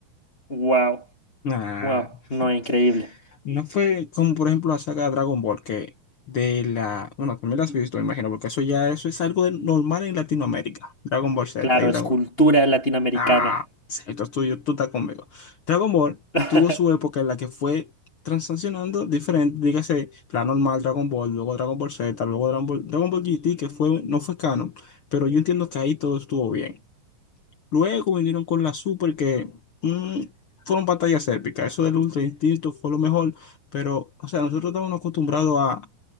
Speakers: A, on the left (about 20°); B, on the left (about 55°).
A: Wow,
B: Ah,
A: wow, no, increíble.
B: <laughs> no fue como por ejemplo la saga Dragon Ball, que de la... Bueno, también la has visto, me imagino, porque eso ya eso es algo de- normal en Latinoamérica, Dragon Ball Z
A: Claro,
B: y Dragon
A: escultura
B: Ball.
A: latinoamericana.
B: Ah, esto es tuyo, tú estás conmigo. Dragon Ball
A: <laughs>
B: tuvo su época en la que fue transaccionando diferente, dígase, la normal Dragon Ball, luego Dragon Ball Z, luego Dragon Ball, Dragon Ball GT, que fue, no fue canon, pero yo entiendo que ahí todo estuvo bien. Luego vinieron con la Super que mm, fueron batallas épicas. Eso del Ultra Instinto fue lo mejor, pero, o sea, nosotros estábamos acostumbrados a,